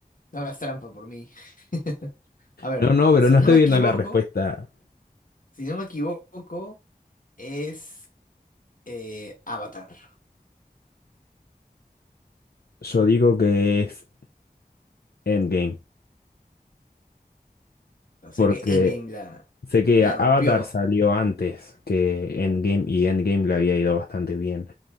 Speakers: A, on the left; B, on the left.
A: no hagas trampa por mí. <laughs> A ver,
B: No, no, pero
A: si
B: no
A: no
B: estoy
A: me
B: viendo
A: equivoco,
B: la respuesta.
A: si no me equivoco, es eh, Avatar.
B: Yo digo que es Endgame,
A: O sea
B: porque
A: que Endgame la,
B: sé que
A: la
B: Avatar
A: rompió.
B: salió antes que Endgame y Endgame le había ido bastante bien.